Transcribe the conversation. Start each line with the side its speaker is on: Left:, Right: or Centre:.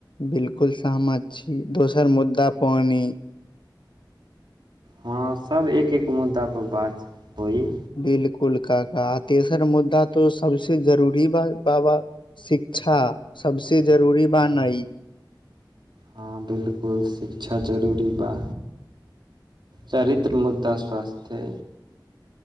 Left: बिलकुल स मत छी दोसर मुद्दा पानी
Right: हँ सब एक एक मुद्दा पर बात होइ
Left: बिलकुल के का आ तेसर मुद्दा त सबस जरूरी बाबािक अच्छा सबसे जरूरी बातई
Right: हँ बिलकुल शिक्षा जरूरी बा चरित्र मुद्रा स्वासथ्य